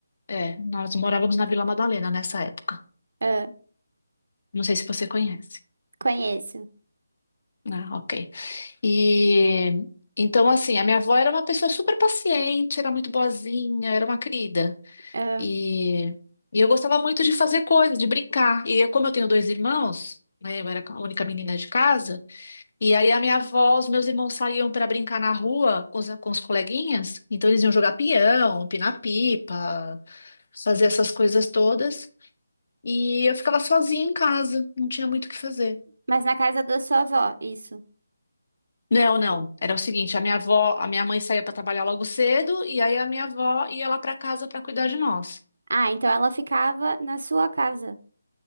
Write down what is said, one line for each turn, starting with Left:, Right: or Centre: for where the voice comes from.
Left: é, nós morávamos na Vila Madalena nessa época.
Right: Ah,
Left: Não sei se você conhece.
Right: conheço.
Left: Ah, ok. E então, assim, a minha avó era uma pessoa super paciente, era muito boazinha, era uma querida.
Right: Ah,
Left: E, e eu gostava muito de fazer coisas, de brincar. E como eu tenho dois irmãos, né, eu era a única menina de casa. E aí a minha avó, os meus irmãos saíam para brincar na rua com os, com os coleguinhas, então eles iam jogar pião, empinar pipa, fazer essas coisas todas, e eu ficava sozinha em casa, não tinha muito o que fazer.
Right: mas na casa da sua avó, isso.
Left: Não, não, era o seguinte, a minha avó, a minha mãe saía para trabalhar logo cedo, e aí a minha avó ia lá para casa para cuidar de nós.
Right: Ah, então ela ficava na sua casa.